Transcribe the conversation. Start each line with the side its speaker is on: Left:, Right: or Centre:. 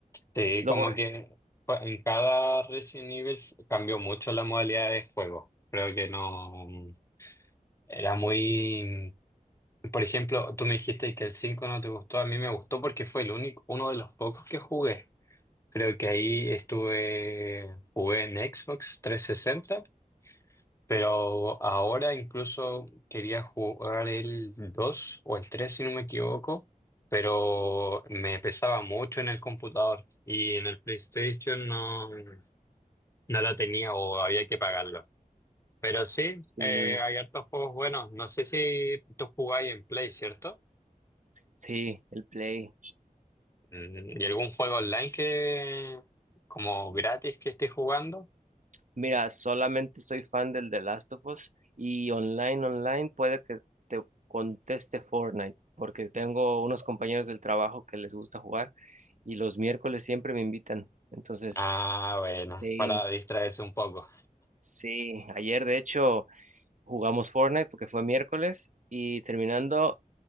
Left: sí,
Right: lo
Left: como
Right: borré.
Left: que pa- en cada Resident Evil f- cambió mucho la modalidad de juego. Creo que no mm, era muy... mm, Por ejemplo, tú me dijiste que el 5 no te gustó, a mí me gustó porque fue el único, uno de los pocos que jugué. Creo que ahí estuve, jugué en Xbox 360. Pero ahora incluso quería jugar el 2 o el 3 si no me equivoco, pero me pesaba mucho en el computador y en el PlayStation no, no lo tenía o había que pagarlo. Pero sí,
Right: Sí,
Left: eh, hay hartos juegos buenos. No sé si tú jugáis en Play, ¿cierto?
Right: sí, el Play.
Left: Mm, ¿Y algún juego online que, como gratis que estés jugando?
Right: Mira, solamente soy fan del The Last of Us y online, online puede que te conteste Fortnite, porque tengo unos compañeros del trabajo que les gusta jugar y los miércoles siempre me invitan. Entonces,
Left: Ah, bueno,
Right: sí,
Left: para distraerse un poco.
Right: sí, ayer de hecho jugamos Fortnite porque fue miércoles y terminando